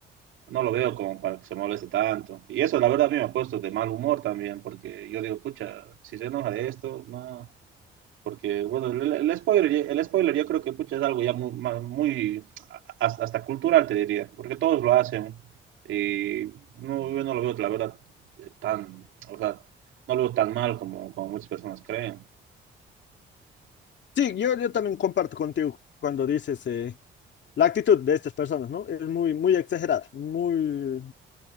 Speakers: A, on the right (about 80°); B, on the left (about 65°).
A: no lo veo como para que se moleste tanto. Y eso, la verdad, a mí me ha puesto de mal humor también, porque yo digo, pucha, si se enoja de esto, no. Porque, bueno, el, el spoiler, ya- el spoiler yo creo que pucha, es algo ya muy, ma- muy hasta, hasta cultural, te diría, porque todos lo hacen. Y no, yo no lo veo, la verdad, eh, tan, o sea, no lo veo tan mal como, como muchas personas creen.
B: Sí, yo, yo también comparto contigo cuando dices eh, la actitud de estas personas, ¿no? Es muy, muy exagerada, muy,